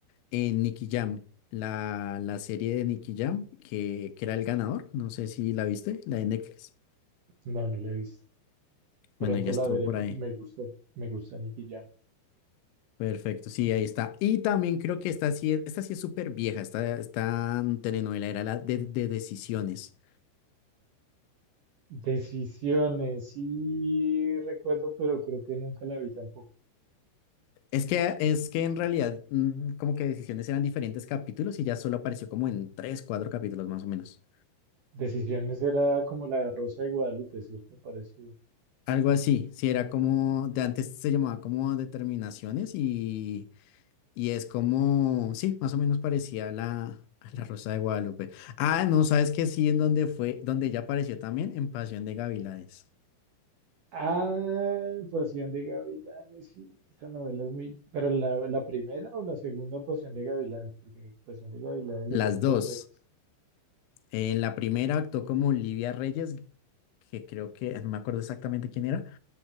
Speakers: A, on the left; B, on the right.
A: en Nicky Jam, la, la serie de Nicky Jam, que, que era el ganador, no sé si la viste, la de Netflix.
B: No, no la he visto. Pronto
A: Bueno, ella estuvo
B: la veré
A: por
B: porque
A: ahí.
B: me gusta, me gusta Nicky Jam.
A: Perfecto, sí, ahí está. Y también creo que esta sí, es- esta sí es súper vieja, esta, esta telenovela era la de, de Decisiones.
B: Decisiones, sí recuerdo, pero creo que nunca la vi tampoco.
A: Es que, es que en realidad mm, como que Decisiones eran diferentes capítulos y ya solo apareció como en tres, cuatro capítulos más o menos.
B: Decisiones era como la Rosa de Guadalupe, ¿cierto? Parecido.
A: Algo así, sí, era como, de antes se llamaba como determinaciones y, y es como, sí, más o menos parecía a la, a la Rosa de Guadalupe. Ah, no, ¿sabes que Sí, en donde fue, donde ella apareció también, en Pasión de Gavilanes.
B: Ah, Pasión de Gavilanes, sí, esa novela es muy... ¿Pero la, la primera o la segunda Pasión de Gavilanes? Porque Pasión de Gavilanes le
A: Las
B: hicieron
A: dos.
B: dos veces.
A: En la primera actuó como Olivia Reyes, que creo que, no me acuerdo exactamente quién era,